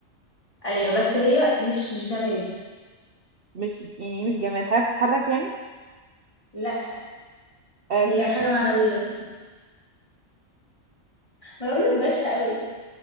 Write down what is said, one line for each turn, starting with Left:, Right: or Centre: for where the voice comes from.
Left: ايوه بس هي مش مش جماد
Right: مش يعني مش جماد حاجة بتتحرك يعني
Left: لا
Right: آه
Left: هي
Right: سا-
Left: حاجه معنويه ما انا بقولك بايخه قوي